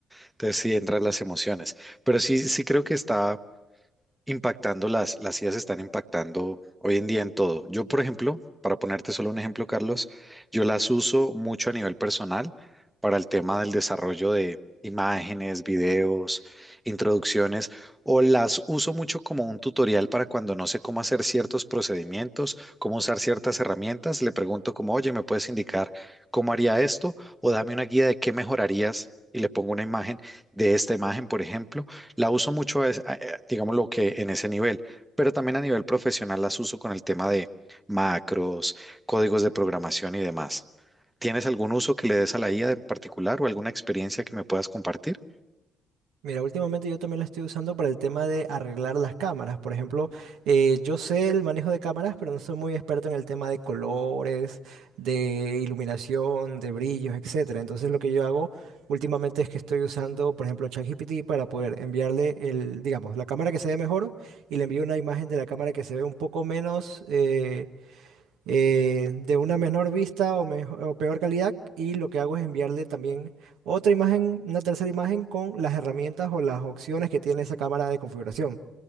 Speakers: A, in the centre; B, on the right.
A: Entonces sí entran las emociones, pero sí, sí creo que está impactando, las, las IAs están impactando hoy en día en todo. Yo, por ejemplo, para ponerte solo un ejemplo, Carlos, yo las uso mucho a nivel personal para el tema del desarrollo de imágenes, videos, introducciones, o las uso mucho como un tutorial para cuando no sé cómo hacer ciertos procedimientos, cómo usar ciertas herramientas, le pregunto como, oye, ¿me puedes indicar cómo haría esto? O dame una guía de qué mejorarías. Y le pongo una imagen de esta imagen, por ejemplo la uso mucho, es, a- eh, digamos, lo que en ese nivel, pero también a nivel profesional las uso con el tema de macros, códigos de programación y demás. ¿Tienes algún uso que le des a la IA en particular o alguna experiencia que me puedas compartir?
B: Mira, últimamente yo también lo estoy usando para el tema de arreglar las cámaras. Por ejemplo, eh, yo sé el manejo de cámaras, pero no soy muy experto en el tema de colores, de iluminación, de brillos, etcétera. Entonces lo que yo hago últimamente es que estoy usando, por ejemplo, ChatGPT para poder enviarle el, digamos, la cámara que se ve mejor y le envío una imagen de la cámara que se ve un poco menos, eh, eh, de una menor vista o, mejo- o peor calidad y lo que hago es enviarle también otra imagen, una tercera imagen con las herramientas o las opciones que tiene esa cámara de configuración.